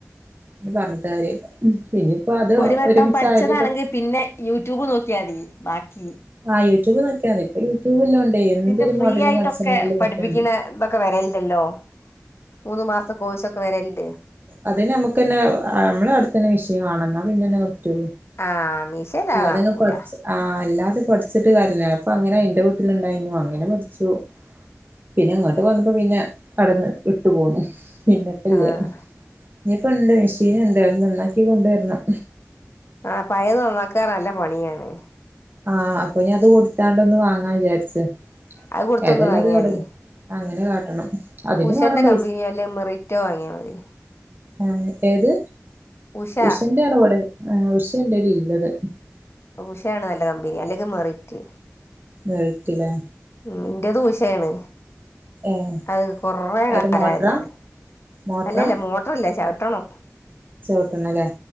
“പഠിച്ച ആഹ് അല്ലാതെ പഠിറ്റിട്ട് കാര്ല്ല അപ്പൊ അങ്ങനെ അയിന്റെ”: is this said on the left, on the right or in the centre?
Right